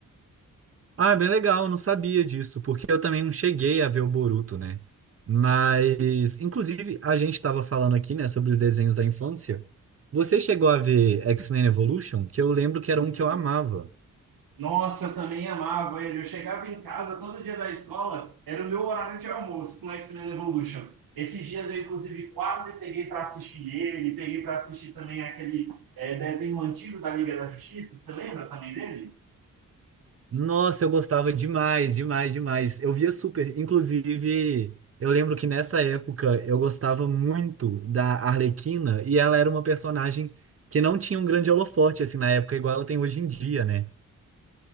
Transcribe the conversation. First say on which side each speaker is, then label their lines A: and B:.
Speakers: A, on the right; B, on the right.
A: Ah, é bem legal, eu não sabia disso, porque eu também não cheguei a ver o Boruto, né? Mas, inclusive, a gente estava falando aqui, né, sobre os desenhos da infância. Você chegou a ver X-Men Evolution? Que eu lembro que era
B: Hum,
A: um que eu amava.
B: Nossa, também amava ele. Eu chegava em casa todo dia da escola, era o meu horário de almoço com X-Men Evolution. Esses dias eu, inclusive, quase peguei para assistir ele, peguei para assistir também aquele eh, desenho antigo da Liga da Justiça. Você lembra também dele?
A: Nossa, eu gostava demais, demais, demais. Eu via super. Inclusive, eu lembro que nessa época eu gostava muito da Arlequina e ela era uma personagem que não tinha um grande holofote, assim, na época, igual ela tem hoje em dia, né?